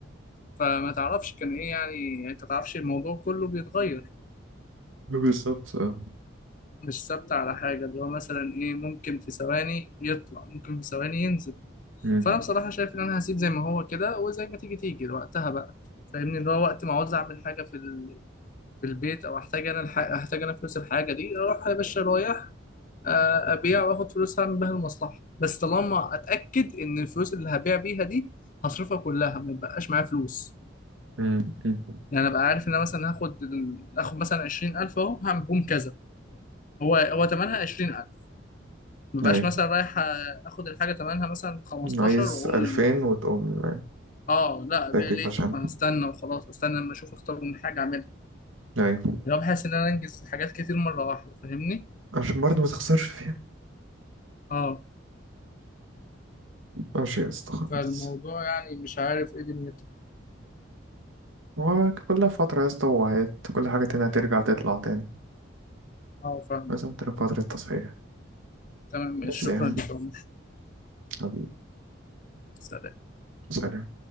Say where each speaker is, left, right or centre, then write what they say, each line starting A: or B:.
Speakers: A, on the left; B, on the right.
A: فما تعرفش كان ايه يعني يعني انت تعرفش الموضوع كله بيتغير
B: بالظبط اه.
A: مش ثابت على حاجة اللي هو مثلا ايه ممكن في ثواني يطلع ممكن في ثواني ينزل
B: امم
A: فانا بصراحة شايف ان انا هسيب زي ما هو كده وزي ما تيجي تيجي وقتها بقى فاهمني اللي هو وقت ما عاوز اعمل حاجة في ال... في البيت او احتاج انا الح... احتاج انا فلوس الحاجة دي اروح يا باشا رايح آه، ابيع واخد فلوس اعمل بيها المصلحة بس طالما اتاكد ان الفلوس اللي هبيع بيها دي هصرفها كلها ما يبقاش معايا فلوس
B: امم أمم.
A: يعني انا بقى عارف ان انا مثلا هاخد ال- هاخد مثلا 20000 اهو هعمل بوم كذا هو هو ثمنها 20000 ما بقاش
B: ايوه
A: مثلا رايح اخد الحاجه ثمنها مثلا 15
B: عايز
A: واقول
B: 2000 وتقوم
A: اه لا ابيع
B: فاكك
A: ليه
B: عشان
A: طب ما انا استنى وخلاص استنى لما اشوف اختار من حاجه اعملها
B: ايوه
A: يعني بحس ان انا انجز حاجات كتير مره واحده فاهمني
B: عشان برضه ما تخسرش فيها
A: اه
B: ماشي يا اسطى خلاص
A: فالموضوع يعني مش عارف ايه دنيته
B: هو كل فترة يا اسطى وهات كل حاجة تانية هترجع تطلع تاني
A: اه فاهم
B: لازم تبقى فترة تصحيح
A: تمام
B: بس
A: شكرا
B: يا عم
A: لك يا عمر
B: حبيبي
A: سلام
B: سلام